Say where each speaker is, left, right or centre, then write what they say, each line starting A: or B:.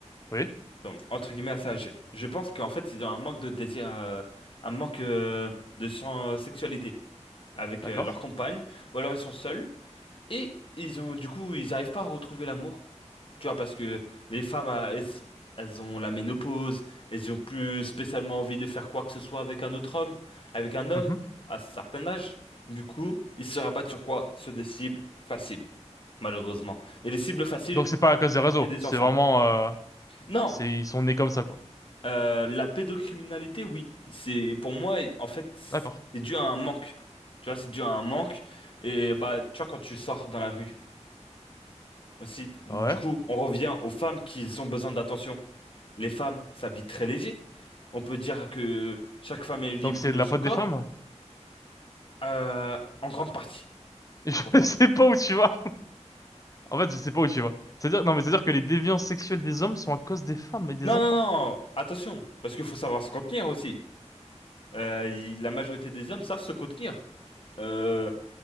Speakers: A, on the left; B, on the left.
A: Oui,
B: Donc, entre guillemets, assez âgés. Je pense qu'en fait, ils ont un manque de désir, euh, un manque euh, de sen- euh, sexualité avec
A: d'accord.
B: euh, leur compagne, ou alors ils sont seuls, et ils ont, du coup, ils n'arrivent pas à retrouver l'amour. Tu vois, parce que les femmes, ah, elles, elles ont la ménopause, elles ont plus spécialement envie de faire quoi que ce soit avec un autre homme, avec un homme,
A: Mhm.
B: à un certain âge. Du coup, ils se rabattent sur quoi? Sur des cibles faciles, malheureusement. Et les cibles faciles,
A: Donc c'est pas à cause des réseaux,
B: c'est des
A: c'est
B: enfants.
A: vraiment, euh,
B: Non,
A: c'est, ils sont nés comme ça, quoi.
B: euh, la pédocriminalité, oui. C'est, pour moi, en fait, c'est
A: D'accord.
B: dû à un manque. Tu vois, c'est dû à un manque. Et bah, tu vois, quand tu sors dans la rue aussi. Du
A: Ouais.
B: coup, on revient aux femmes qui ont besoin d'attention. Les femmes s'habillent très léger. On peut dire que chaque femme est libre
A: Donc c'est
B: de
A: de la
B: son
A: faute
B: corps,
A: des femmes?
B: euh, en grande partie,
A: <laughs>
B: pour
A: Je
B: moi.
A: sais pas où tu vas. En fait, je sais pas où tu vas. C'est-à-dire, non, mais c'est-à-dire que les déviances sexuelles des hommes sont à cause des femmes et des
B: Non,
A: enfants.
B: non, non, attention, parce qu'il faut savoir se contenir aussi. Euh, il- la majorité des hommes savent se contenir. Euh,